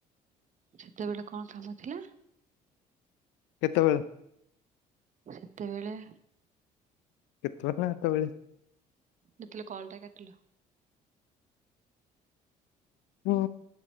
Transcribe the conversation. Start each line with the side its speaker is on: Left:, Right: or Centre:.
Right: ସେତେବେଳେ କଣ କାମ ଥିଲା
Left: କେତେବେଳେ
Right: ସେତେବେଳେ
Left: କେତେବେ ନା ଏତେବେଳେ
Right: ଯେତେଲେ କଲଟା କାଟିଲ
Left: ହୁଁ